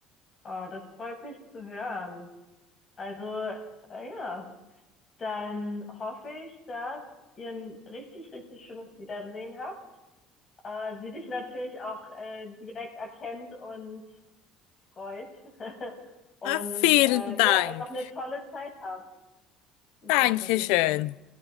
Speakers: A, on the left; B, on the left.
A: Oh, das freut mich zu hören. Also, äh, ja, dann hoffe ich, dass ihr ein richtig, richtig schönes Wiedersehen habt. äh, sie dich natürlich auch äh, direkt erkennt und freut. <laughs> Und
B: Ah, Vielen
A: äh,
B: Dank.
A: ihr einfach eine tolle Zeit habt in
B: Dankeschön.
A: San Francisco.